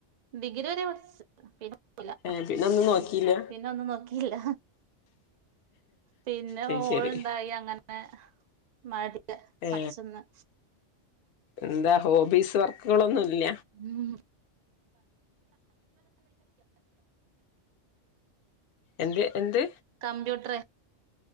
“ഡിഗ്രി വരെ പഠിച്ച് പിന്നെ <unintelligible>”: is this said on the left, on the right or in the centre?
Right